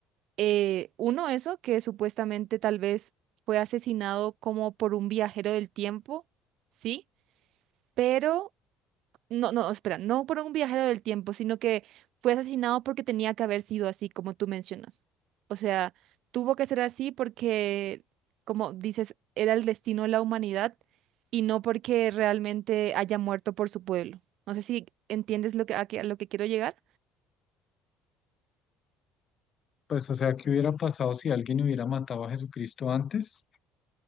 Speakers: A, on the right; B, on the left.
A: eh, uno, eso, que supuestamente tal vez fue asesinado como por un viajero del tiempo, ¿sí? Pero no, no, espera, no por un viajero del tiempo, sino que fue asesinado porque tenía que haber sido así, como tú mencionas. O sea, tuvo que ser así porque, como dices, era el destino de la humanidad y no porque realmente haya muerto por su pueblo. No sé si entiendes lo que, a, qué- a lo que quiero llegar.
B: pues, o sea, ¿qué hubiera pasado si alguien hubiera matado a Jesucristo antes?